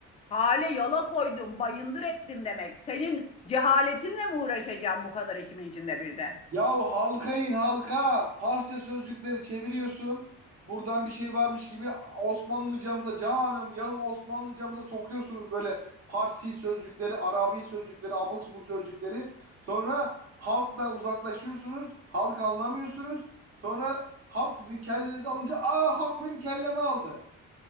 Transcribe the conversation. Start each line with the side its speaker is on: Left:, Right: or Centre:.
Left: Hale yola koydum, bayındır ettim demek. Senin cehaletinle mi uğraşacağım bu kadar işimin içinde bir de?
Right: Yahu halka in halka. Farsça sözcükleri çeviriyorsun. Buradan bir şey varmış gibi Osmanlıcamıza canım yalın Osmanlıcamıza sokuyorsunuz böyle Farsi sözcükleri, Arabi sözcükleri, abuk subuk sözcükleri. Sonra halktan uzaklaşıyorsunuz. Halk anlamıyorsunuz. Sonra halk sizin kellenizi alınca aa halk benim kellemi aldı.